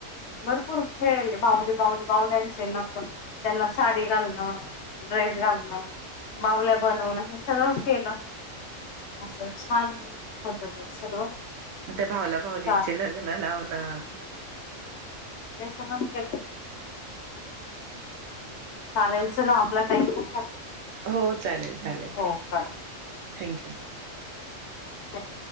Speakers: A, on the left; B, on the right.
A: बर ूर खेळले बावली बावली बावल्यांचे नक त्यांना साडी घालणं ड्रेस घालणं भावल्या बनवणं हे सगळंच केलं असं छान होत ते सर्व
B: त्या भावला भावलींचे
A: चालेल
B: लग्न लावणं
A: क चालेल चला आपला काही पण
B: हो चालेल चालेल
A: हो चालेल.
B: Thank you
A: Hum